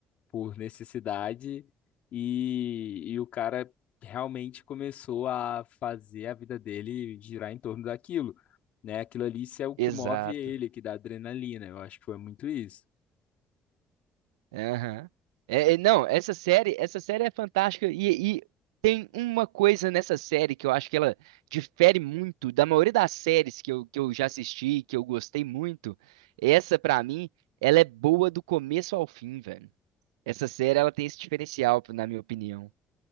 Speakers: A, on the left (about 60°); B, on the right (about 80°).
A: por necessidade e, e o cara realmente começou a fazer a vida dele girar em torno daquilo, né? Aquilo ali isso é o que
B: Exato.
A: move ele, que dá adrenalina. Eu acho que foi muito isso.
B: Aham. É, é, não, essa série, essa série é fantástica e, e tem uma coisa nessa série que eu acho que ela difere muito da maioria das séries que eu, que eu já assisti, que eu gostei muito. Essa, pra mim, ela é boa do começo ao fim, velho. Essa série, ela tem esse diferencial, na minha opinião.